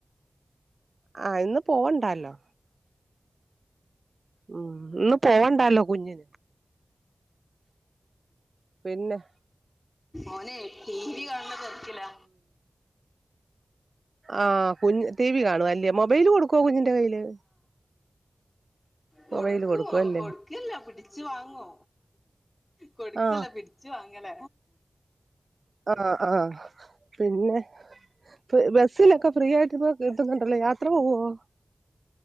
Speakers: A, on the right; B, on the left.
A: ആഹ് ഇന്ന് പോവണ്ടല്ലോ ഉം ഒന്ന് പോയടല്ലോ കുഞ്ഞ്ന്. പിന്നെ
B: ഓനെ ടി വി കാണണ തെരക്കിലാ
A: ആഹ കുഞ് ടിവി കാണു അല്ല മൊബൈല് കൊടുക്കുവോ കുഞ്ഞിന്റെ കയ്യില്.
B: കൊടുക്കുവോ
A: മൊബൈല് കൊടുക്കും അല്ലേ
B: കൊടു കൊക്കല്ല പിടിച്ചു വാങ്ങോ കൊടുക്കല്ല
A: ആഹ്
B: പിടിച്ചു വാങ്ങല
A: ആഹ ആഹ പിന്നെ ഇ ബസ്സിലൊക്കെ ഫ്രീ ആയിട്ട് ഇപ്പൊ കിട്ടുന്നുണ്ടല്ലോ യാത്ര പോവുവോ?